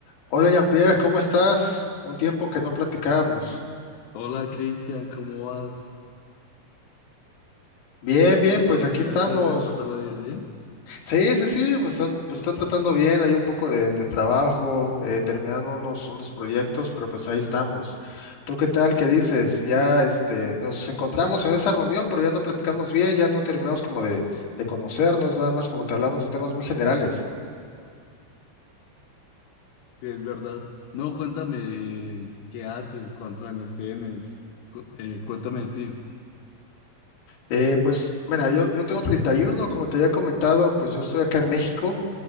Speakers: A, on the left; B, on the left.
A: Hola Jean-Pierre, ¿cómo estás? Un tiempo que no platicábamos.
B: Hola Cristian, ¿cómo vas?
A: Bien,
B: ¿Qué
A: bien,
B: qué
A: pues aquí estamos.
B: tal? ¿Cómo te trata la vida? ¿Bien?
A: Sí, sí, sí, me está, me está tratando bien, hay un poco de, de trabajo, eh, terminando unos, unos proyectos, pero pues ahí estamos. ¿Tú qué tal? ¿Qué dices? Ya este, nos encontramos en esa reunión, pero ya no platicamos bien, ya no terminamos como de, de conocernos, nada más como que hablamos de temas muy generales.
B: Sí, es verdad. No, cuéntame qué haces, cuántos años tienes, Cu- eh, cuéntame de ti.
A: Eh, pues mira, yo, yo tengo 31, como te había comentado, pues yo estoy acá en México.